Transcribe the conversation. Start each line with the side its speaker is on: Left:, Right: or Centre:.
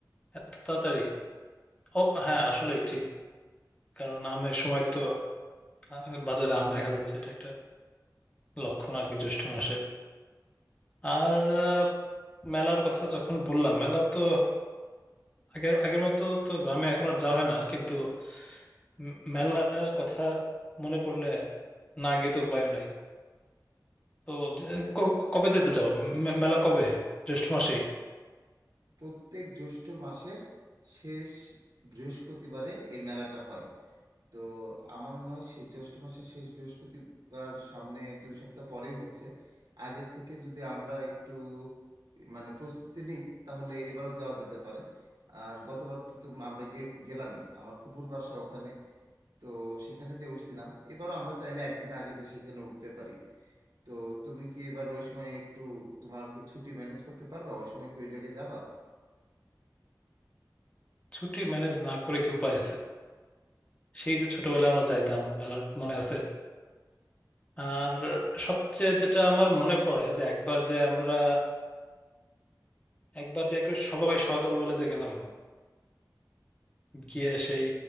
Left: এত তাড়াতাড়ি ও হ্যাঁ আসলেই ঠিক কারণ আমের সময় তো আহ, বাজারে আম দেখা যাচ্ছে এটা একটা লক্ষণ আর কি জ্যৈষ্ঠ মাসের আর আহ, মেলার কথা যখন বললাম মেলা তো আগের আগের মতো তো গ্রামে এখন আর যাওয়া হয় না কিন্তু উম, মেলার কথা মনে পড়লে না গিয়ে তো উপায়ও নাই তো যে- ক- কবে যেতে চাও মে- মেলা কবে জ্যৈষ্ঠ মাসেই
Right: প্রত্যেক জ্যৈষ্ঠ মাসের শেষ বৃহস্পতিবারে এই মেলাটা হয় তো আমার মনে হয় শে- জ্যৈষ্ঠ মাসের শেষ বৃহস্পতিবার সামনে দুই সপ্তাহ পরেই হচ্ছে আগের থেকে যদি আমরা একটু মানে প্রস্তুতি নিই তাহলে এবারও যাওয়া যেতে পারে আর গতবার তো তুম- আমরা গে- গেলামই আমার ফুফুর বাসা ওখানে তো সেখানে যে উঠছিলাম এবারও আমরা চাইলে একদিন আগে যে সেখানে উঠতে পারি তো তুমি কি এবার ওই সময় একটু তোমার কি ছুটি ম্যানেজ করতে পারবা ওই সময় কি ওই জায়গায় যাবা
Left: ছুটি ম্যানেজ না করে কি উপায় আছে সেই যে ছোটবেলায় আমরা যাইতাম মেলার মনে আছে আর সবচেয়ে যেটা আমার মনে পড়ে যে একবার যে আমরা একবার যে একে সবাই সদল বলে যে গেলাম গিয়ে সেই